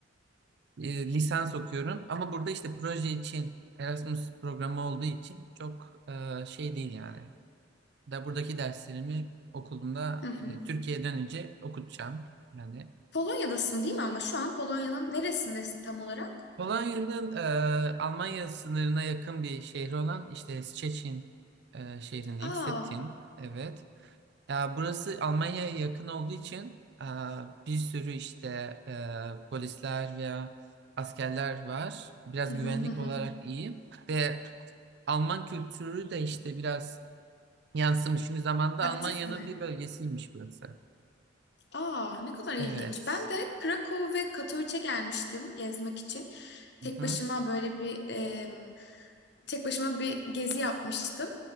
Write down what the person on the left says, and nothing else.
Hı hı.
Polonya'dasın değil mi ama şu an Polonya'nın neresindesin tam olarak?
Aa,
hı hı
hı. hı.
Aktif
mi?
Aa, ne kadar ilginç.
Ben de Krakow ve Katowice gelmiştim gezmek için. Tek
başıma
böyle bir em, tek başıma bir gezi yapmıştım.